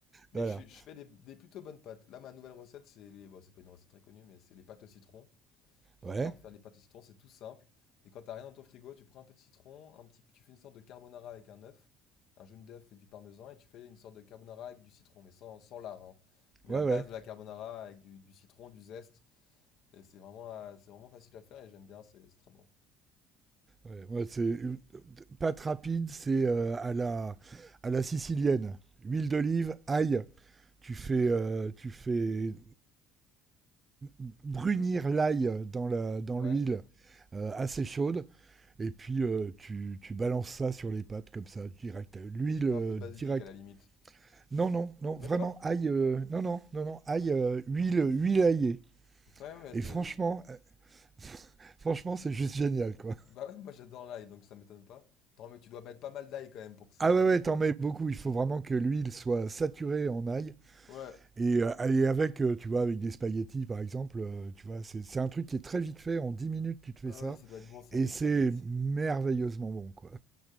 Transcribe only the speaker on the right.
voilà.
Ouais,
ouais,
ouais.
Ouais, ouais, c'est une- pâte rapide, c'est euh, à la à la sicilienne. Huile d'olive, ail. Tu fais euh, tu fais brunir l'ail dans la dans
l'huile euh, assez chaude et puis euh, tu, tu balances ça sur les pâtes comme ça direct. L'huile
euh,
direct.
Non non non
vraiment
ail. euh, non non non non ail euh, huile huile aillée.
Et
franchement euh, <laughs> franchement c'est juste génial quoi.
Ah
ouais,
ouais,
t'en mets beaucoup. Il faut vraiment que l'huile soit saturée en ail.
Et, euh, et avec, euh, tu vois, avec des spaghettis, par exemple, euh, tu vois, c'est c'est un truc qui est très vite fait. En 10 minutes, tu te fais
ça.
Et
c'est
merveilleusement bon, quoi.